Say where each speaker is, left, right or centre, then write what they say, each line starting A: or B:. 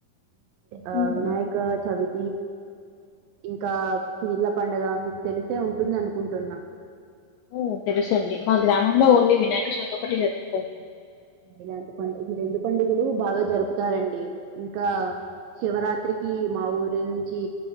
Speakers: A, on the right; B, on the left.
A: ఆ
B: ఉమ్
A: వినాయక చవి ఇంకా పీర్ల పండగ మీకు తెలిసే ఉంటుందనుకుంటున్నా
B: ఓ తెలుసండి మా గ్రామంలో
A: ఆ.
B: ఓన్లీ వినాయక చౌతి ఒకటే జరుపుతారు
A: ఇలాంటి పండుగ ఈ రెండు పండుగలు బాగా జరుపుతారండి ఇంకా శివరాత్రికి మా ఊరి నుంచి